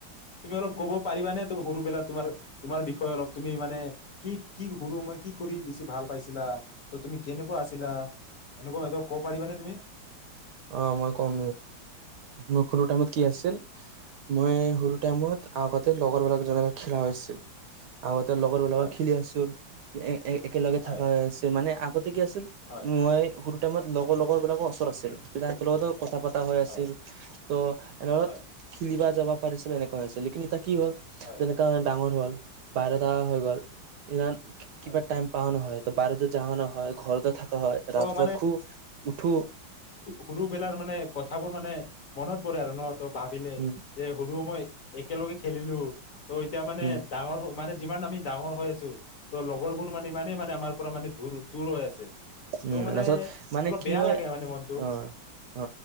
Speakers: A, on the left; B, on the right.
A: তুমি অলপ কব পাৰিবানে ত সৰুবেলাৰ তোমাৰ তোমাৰ বিষয়ে অলপ তুমি মানে কি কি সৰু মই কি কৰি বেছি ভাল পাইছিলা ত তুমি কেনেকুৱা আছিলা, এনেকুৱা ক'ব পাৰিবানে তুমি?
B: অ মই কম মোৰ সৰু টাইমত কি আছিল, মই সৰু টাইমত আগতে লগৰবিলাক জনক খেলা হৈছিল আৰু এতিয়াৰ লগৰবিলাকক
A: হয়
B: খেলি আছিল এ এ একেলগে
A: হয়
B: থাকা হৈ আছে মানে ঠিকে আছিল
A: হয়
B: মই স টাইমত লগৰ লগৰবিলাকৰ ওচৰত আছিল। তেতিয়া একেলগতেও কথা পতা হৈ আছিল,
A: হয়
B: ত' এনেত
A: হয়
B: খেলিবা যাব পাৰিছিলো এনেকুৱা হৈছে লেকিন ইতিয়া কি হ'ল,
A: হয়
B: যেনেকা ডাঙৰ হ'ল বাহিৰত তাৰ হৈ গ'ল, ইমান কিবা
A: হয়
B: টাইম পাৱ নহয় ত বাহিৰতেত জাৱা হয়, ঘৰতে থাকা হয়,
A: ত'
B: ৰাতি পোৱা খুব উঠো
A: সৰুবেলাৰ মানে কথাবোৰ মানে মনত পৰে আৰু ন ত ভাবিলে
B: উম
A: যে সৰু মই একেলগে খেলিলো ত' এতিয়া মানে
B: উম
A: ডাঙৰ মানে যিমান আমি ডাঙৰ হৈ আছো, ত লগৰবোৰ মানে ইমানেই মানে আমাৰ পৰা মানে দূৰ দূৰ হৈ আছে।
B: উম,
A: ত' মানে
B: তাৰপাছত মানে
A: অলপ
B: কি
A: বেয়া
B: হয়,
A: লাগে মানে মনটো
B: অ অ